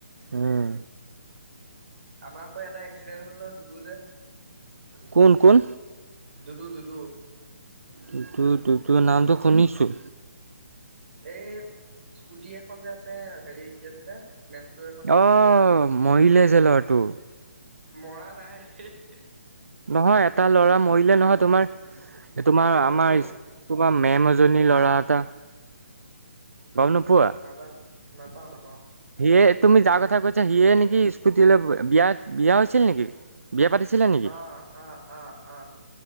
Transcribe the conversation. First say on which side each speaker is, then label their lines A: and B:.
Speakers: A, on the right; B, on the right.
A: উম।
B: আমাৰ আকৌ এটা এক্সিডেণ্ট হ'ল নহয় দুডু যে
A: কোন? কোন?
B: দুুডু, দুুডু।
A: দুডু-দুডু নামটো শুনিছোঁ।
B: এই স্কুটি এখন যে আছে, হেৰি কি আছিলে এখন যে
A: অ', মৰিলে যে লৰাটো?
B: মৰা নাই <unintelligible>
A: নহয় এটা ল'ৰা মৰিলে নহয়, তোমাৰ-তোমাৰ
B: ক'ত
A: আমাৰ
B: কোন
A: তোমাৰ মেম এজনীৰ ল'ৰা এটা, গম নোপোৱা?
B: নাপাওঁ, নাপাওঁ, নাপাওঁ
A: সিয়ে, তুমি যাৰ কথা কৈছা। সিয়ে নেকি স্কুটি লৈ বিয়া বিয়া হৈছিল নেকি? বিয়া পাতিছিলে নেকি?
B: আহ, আহ, আহ, আহ,